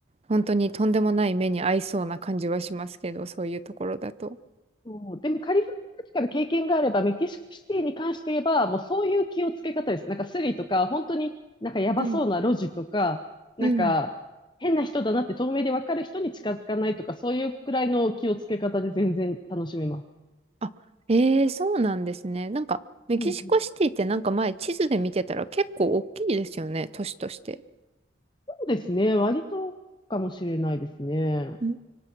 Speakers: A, on the right; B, on the left.
A: 本当にとんでもない目に合いそうな感じはしますけど、そういうところだと。
B: そう、でもカリフォルニアとかで経験があれば、メキシコシティに関して言えば、もうそういう気をつけ方です。なんかスリとか、本当になんかやばそうな路地とか、
A: うん、
B: なんか変な人だなって透明でわかる人に近づかないとか、
A: うん。
B: そういうくらいの気をつけ方で全然楽しめます。
A: あ、ええそうなんですね。なんかメキシコシティってなんか前地図で見てたら結構大きいですよね、
B: うんうん、
A: 都市として。
B: そうですね。割とかもしれないですね。
A: うー